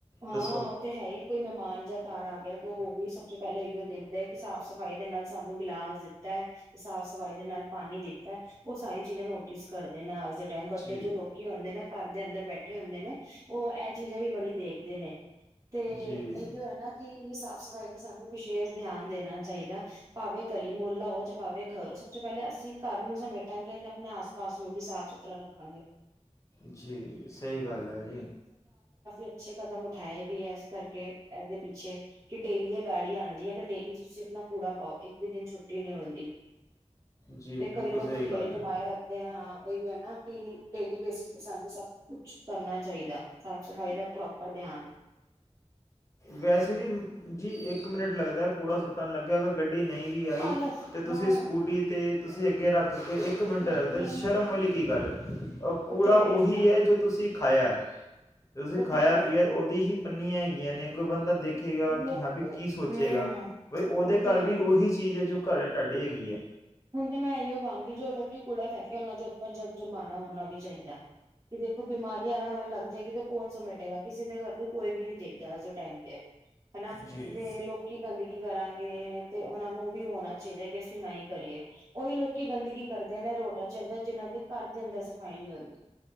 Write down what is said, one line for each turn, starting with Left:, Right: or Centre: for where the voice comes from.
Right: ਹਾਂ
Left: ਦੱਸੋ
Right: ਉਹ ਤੇ ਹੈ ਹੀ ਕੋਈ ਮਹਿਮਾਨ ਜਾਂ ਘਰ ਆ ਗਿਆ ਤੇ ਉਹ ਵੀ ਪਹਿਲ ਇਹੀੋ ਦੇਖਦਾ ਹੈ ਕਿ ਸਾਫ਼ ਸੁਫ਼ ਸਫਾਈ ਦੇ ਨਾਲ ਸਾਨੂੰ ਗਿਲਾਸ ਦਿੱਤਾ ਹੈ ਤੇ ਸਾਫ਼ ਸਫ਼ਾਈ ਦੇ ਨਾਲ ਪਾਣੀ ਦਿੱਤਾ ਉਹ ਸਾਰੀ ਚੀਜ਼ਾਂ ਨੋਟਿਸ ਕਰਦੇ ਨੇ ਅਜ ਦੇ <unintelligible> ਵੱਡੇ
Left: ਜੀ
Right: ਜੋ ਲੋਕੀ ਹੁੰਦੇ ਨਾ ਘਰ ਦੇ ਅੰਦਰ ਬੈਠੇ ਹੁੰਦੇ ਨੇ ਉਹ ਇਹ ਚੀਜ਼ਾਂ ਵੀ ਬੜੀ ਦੇਖ ਦਿ ਨੇ ਤੇ
Left: ਜੀ
Right: ਇਹੀ ਯੋ ਨਾ ਕਿ ਸਾਫ਼ ਸਫ਼ਾਈ ਦਾ ਸਾਨੂੰ ਵਿਸ਼ੇਸ਼ ਧਿਆਨ ਦੇਣਾ ਚਾਹੀਦਾ ਭਾਵੇਂ ਗਲੀ ਮੁਹਲਾ ਹੋ ਜਾਂ ਭਾਵੇਂ ਘਰ ਹੋ ਸਭ ਤੋਂ ਪਹਿਲੇ ਅਸੀਂ ਘਰ ਨੂੰ ਸਮੇਟਾਂਗੇ ਤੇ ਆਪਣੇ ਆਸ ਪਾਸ ਨੂੰ ਵੀ ਸਾਫ਼ ਸੁਥਰਾ ਰੱਖਾਂਗੇ
Left: ਜੀ ਸਹੀ ਗੱਲ ਹੈ ਜੀ
Right: ਅੱਛਾ ਕਦਮ ਉਠਾਏ ਵੀ ਹੈ ਇਸ ਕਰਕੇ ਇਹਦੇ ਪਿੱਛੇ ਕਿ ਡੇਲੀ ਇਹ ਗਾੜੀ ਆਉਂਦੀ ਹੈ ਤੇ ਡੇਲੀ ਤੁਸੀਂ ਆਪਣਾ ਕੂੜਾ ਪਾਓ ਇੱਕ ਵੀ ਦਿਨ ਛੁੱਟੀ ਨੀ ਹੁੰਦੀ
Left: ਜੀ
Right: ਤੇ
Left: ਬਿਲਕੁਲ
Right: ਕਈ ਲੋਕ
Left: ਸਹੀ
Right: ਤੋਂ ਢੇਰ
Left: ਗੱਲ
Right: ਜਮਾਏ
Left: ਹੈ
Right: ਰੱਖਦੇ ਹੈ ਹਾਂ ਉਹੀ ਹੈ ਨਾ ਕਿ ਡੇਲੀ ਬੇਸਿਸ ਤੇ ਸਾਨੂੰ ਸਭ ਕੁਛ ਕਰਨਾ ਚਾਹੀਦਾ ਸਾਫ਼ ਸਫ਼ਾਈ ਦਾ ਪ੍ਰੋਪ ਪਰ ਧਿਆਨ
Left: ਵੈਸੇ ਵੀ ਜੀ ਇੱਕ ਮਿੰਟ ਲੱਗਦਾ ਕੂੜਾ ਸੁੱਟਣ ਲੱਗਿਆਗ ਅਗਰ ਗੱਡੀ ਨਹੀਂ ਵੀ ਆਈ
Right: ਆਲਸ
Left: ਅਤੇ ਤੁਸੀਂ
Right: ਹਾਂ
Left: ਸਕੂਟੀ ਤੇ ਤੁਸੀਂ ਅੱਗੇ ਰੱਖ ਕਿਉਂਕਿ ਇੱਕ ਮਿੰਟ
Right: ਲੇਕਿਨ
Left: ਲੱਗਦੈ, ਸ਼ਰਮ ਵਾਲੀ ਕੀ ਗੱਲ ਐ। ਔ
Right: ਉਹ
Left: ਕੂੜਾ
Right: ਤੇ ਹੈ
Left: ਔਹੀ
Right: ਹੀ ਨਾ
Left: ਐ ਜੋ ਤੁਸੀ ਖਾਇਆ ਤੁਸੀ
Right: ਉਹ
Left: ਖਾਇਆ
Right: ਤੇ ਹੈ ਹੀ
Left: ਪੀਆ ਔਦੀ ਹੀ ਪਨਿਆਈ ਯਾਨੇ ਕੋ ਬੰਦਾ ਦੇਖੇਗਾ
Right: ਲੋਕ
Left: ਕਿ ਹਾਂ ਬੀ ਕੀ ਸੋਚੇਗਾ
Right: ਹਮ
Left: ਬਈ ਉਹਦੇ
Right: ਉਹ ਤੇ
Left: ਘਰ ਵੀ
Right: ਹੈ ਹੀ
Left: ਉਹੀ ਚੀਜ਼ ਏ ਜੋ ਘਰੇ ਟਾਡੇ ਹੈਗੀ ਐ।
Right: ਹੁਣ ਤੇ ਮੈਂ ਏਈਔ ਕਾਂਗੀ ਜੋ ਲੋਕੀ ਕੂੜਾ ਫੈਕੇ ਉਹਨਾਂ ਦੇ ਉੱਪਰ ਜ ਜੁਰਮਾਨਾ ਹੋਣਾ ਵੀ ਚਾਹੀ ਦਾ ਕਿ ਦੇਖੋ ਬਿਮਾਰੀਆਂ ਲੱਗ ਜੇ <unintelligible> ਗਾ ਕੌਣ ਸਮੇਟੇਗਾ। ਕਿਸੇ ਦੇ ਘਰ ਨੂੰ ਕੋਈ ਵੀ ਨੀ ਦੇਖਦਾ ਅੱਜ ਦੇ ਟਾਈਮ ਤੇ ਐ। ਹੈਨਾ
Left: ਜੀ
Right: ਤੇ ਲੋਕੀ ਗੰਦਗੀ ਕਰਾਂ <unintelligible> ਤੇ ਉਹਨਾਂ ਨੂੰ ਵੀ ਹੋਣਾ ਚਾਹੀਦੈ ਕਿ ਅਸੀਂ ਨਾ ਈ ਕਰੀਏ। ਔਹੀ ਲੋਕੀ ਗੰਦਗੀ ਕਰਦੇ ਨੇ ਰੋਡਾਂ ਚ ਅੰਦਰ ਜਿੰਨਾਂ ਦੇ ਘਰ ਦੇ ਅੰਦਰ ਸਫ਼ਾਈ ਨਈ ਹੋਂਦੀ।